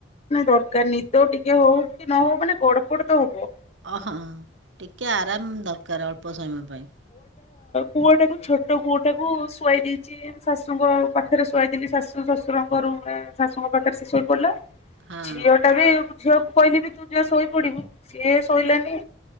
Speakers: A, on the left; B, on the right.
A: ଦରକାର ନି ଦ ଟିକେ ହଉ କି ନ ହଉ ମାନେ ଗଡ଼ <inaudible> ହବ।
B: ଓ ହ ଠିକ୍। ଟିକେ ଆରାମ ଦରକାର ଅଳ୍ପ ସମୟ ପାଇଁ।
A: ପୁଆଟାକୁ ଛୋଟ ପୁଅଟାକୁ ଶୁଆଇ ଦେଇଛି ଶାଶୁଙ୍କ ପାଖରେ ଶୁଆଇଦେଲି ଶାଶୁ ଶଶୁରଙ୍କ ରୁମ୍ ରେ। ଶାଶୁଙ୍କ ପାଖରେ ସେ ଶୋଇ ପଡିଲା
B: ହଁ
A: ଝିଅ ଟା ବି ଝିଅକୁ କହିଲି ବି ତୁ ଯା ଶୋଇ ପଡିବୁ ସିଏ ଶୋଇଲାନି।